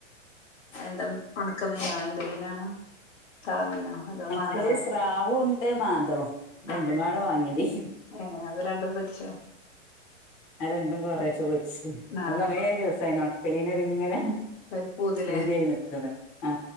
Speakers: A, on the left (about 55°); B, on the left (about 20°).
A: എന്താ ഒണക്കമീനോ എന്ത് മീനാണ് തള മീനാ അതോ
B: ഒണക്കല്
A: മാന്തളോ
B: സ്രാവും ഉണ്ട് മാന്തളും രണ്ടുംപാടെ
A: ആ
B: വാങ്ങിയതേനി
A: എ അത് രണ്ടും പൊരിച്ചോ
B: ആ രണ്ടും കൊറേച്ച പൊരിച്ച്
A: ആഹ്
B: അ കൊറേ ദിവസായിന് ഒണക്കലീനൊരുങ്ങനെ
A: ഒരു പൂതിലേ
B: പൂത്യായി നിക്ക്ണ് ആ